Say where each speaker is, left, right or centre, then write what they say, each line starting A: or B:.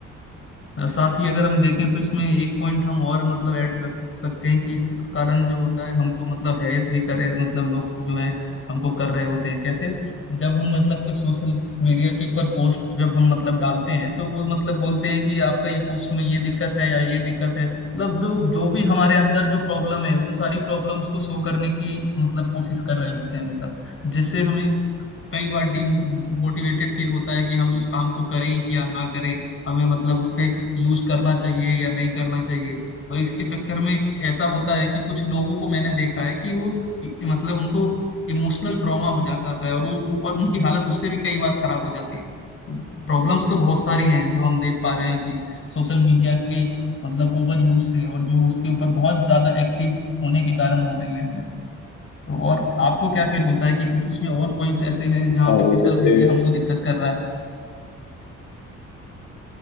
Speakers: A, on the left; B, on the left.
A: और साथ ही अगर हम देखें तो इसमें एक पॉइंट हम और मतलब ऐड कर स- सकते हैं कि इसके कारण जो होता है हमको मतलब हैरेस भी करे मतलब लोग जो है हमको कर रहे होते हैं कैसे जब हम मतलब कुछ सोशल मीडिया के ऊपर पोस्ट जब हम मतलब डालते हैं तो वो मतलब बोलते हैं कि आपका ये पोस्ट में ये दिक्कत है या ये दिक्कत है मतलब जो जो भी हमारे अंदर जो प्रॉब्लम है उन सारी प्रॉब्लम्स को शो करने की मतलब कोशिश कर रहे होते हैं वो सब जिससे हमें कई बार डिमोटिवेटेड फील होता है कि हम इस काम को करें कि या ना करें हमें मतलब उस पे यूज करना चाहिए या नहीं करना चाहिए और इसके चक्कर में ऐसा होता है कि कुछ लोगों को मैंने देखा है कि वो इ- मतलब उनको इमोशनल ट्रॉमा हो जा- जाता है और वो वो- और उनकी हालत उससे भी कई बार खराब हो जाती है तो प्रॉब्लम्स तो बहुत सारी हैं जो हम देख पा रहे हैं कि सोशल मीडिया के मतलब ओवर यूज से और जो उसके ऊपर बहुत ज्यादा एक्टिव होने के कारण हो रही है हमें तो और आपको क्या फील होता है कि कुछ उसमें और पॉइंट्स ऐसे हैं जहाँ
B: हाँ
A: पे
B: वही
A: सोशल
B: जैसे
A: मीडिया हमको दिक्कत कर रहा है